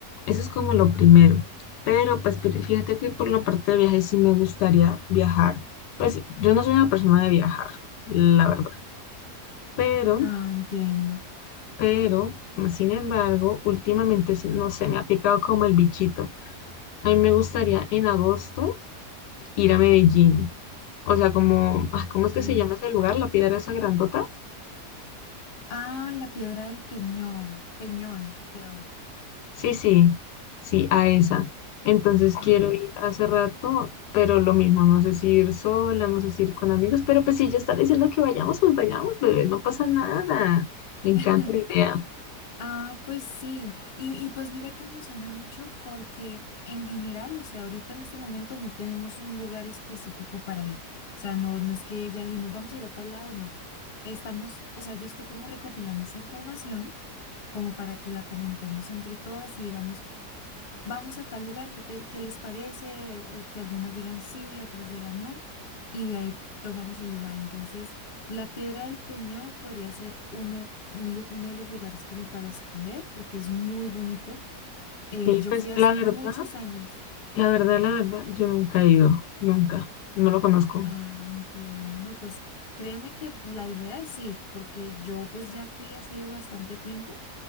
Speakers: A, on the left (about 80°); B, on the left (about 40°).
A: eso es como lo primero. Pero pues pi- fíjate que por la parte de viajes sí me gustaría viajar. Pues yo no soy una persona de viajar, la verdad. Pero,
B: Ah, entiendo.
A: pero, sin embargo, últimamente sí, no sé, me ha picado como el bichito. A mí me gustaría en agosto ir a Medellín. O sea, como, ah, ¿cómo es que
B: sí
A: se llama ese lugar? La piedra esa grandota.
B: Ah, la piedra del Peñón, Peñón, creo.
A: Sí, sí, sí, a esa. Entonces
B: Ah,
A: quiero ir hace rato, pero lo mismo, no sé si ir sola, no sé si ir con amigos, pero pues si ella está diciendo que vayamos, pues vayamos, bebé, no pasa nada. Me encanta
B: <laughs>
A: la idea.
B: ah, pues sí. Y, y pues mira que me suena mucho porque en general, o sea, ahorita en este momento no tenemos un lugar específico para ir. O sea, no, no es que ya dijimos, vamos a ir a tal lado, no. Estamos, o sea, yo estoy como recopilando esa información como para que la comentemos entre todas y digamos. vamos a tal lugar, ¿qué te- qué les parece? Al- al- Que algunas digan sí, otras digan no, y de ahí tomamos el lugar. Entonces, la Piedra del Peñol podría ser uno, un lu- uno de los lugares como para escoger, porque es muy bonito. Eh,
A: Sí,
B: yo
A: pues
B: fui hace
A: la verdad,
B: muchos años.
A: la verdad, la verdad, yo nunca he ido, nunca, no lo conozco.
B: Ah, entiendo. No, pues créeme que la idea es ir, porque yo pues ya fui hace bastante tiempo